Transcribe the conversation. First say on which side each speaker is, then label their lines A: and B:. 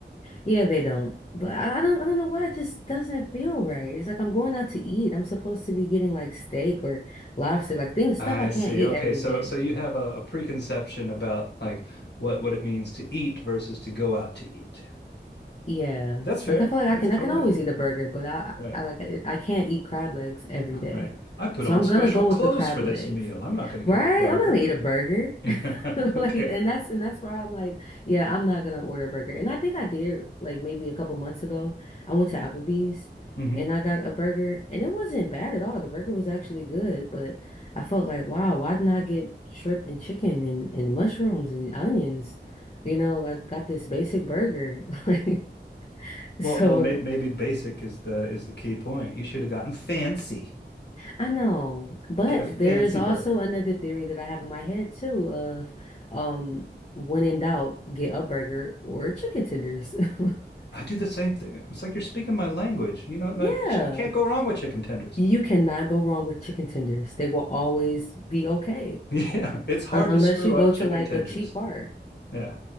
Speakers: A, on the left; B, on the left.
A: Yeah, they don't, but I I don't, I don't know why it just doesn't feel right. It's like I'm going out to eat. I'm supposed to be getting like steak or lobster, like things, stuff
B: I
A: I can't
B: see.
A: eat
B: Okay,
A: every
B: so
A: day.
B: so you have a, a preconception about like what what it means to eat versus to go out to eat.
A: Yeah,
B: That's fair.
A: like I feel like
B: That's
A: I can,
B: totally
A: I can always
B: fair.
A: eat a burger, but I,
B: Right.
A: I, I like, I, I can't eat crab legs every day.
B: Right. I put
A: So
B: on
A: I'm
B: special
A: gonna go
B: clothes
A: with the crab
B: for this
A: legs,
B: meal. I'm not going to
A: right?
B: get a burger.
A: I'm not gonna eat a burger.
B: <laughs>
A: <laughs>
B: Okay.
A: Like, and that's and that's where I'm like, yeah, I'm not gonna order a burger. And I think I did like maybe a couple months ago. I went to Applebee's
B: Mhm.
A: and I got a burger and it wasn't bad at all. The burger was actually good, but I felt like, wow, why didn't I get shrimp and chicken and, and mushrooms and onions? You know, like got this basic burger. <laughs> Like so
B: Well, well, maybe, maybe basic is the is the key point. You should have gotten fancy.
A: I know. But
B: Get a fancy
A: there's also
B: burger.
A: another theory that I have in my head too of um when in doubt, get a burger or chicken tenders. <laughs>
B: I do the same thing. It's like you're speaking my language. You know, no,
A: Yeah.
B: chi- you can't go wrong with chicken tenders.
A: You
B: <laughs>
A: cannot go wrong with chicken tenders. They will always be okay.
B: Yeah, it's hard
A: Un unless
B: to screw
A: you go
B: up chicken
A: to like
B: tenders.
A: a cheap bar.
B: Yeah.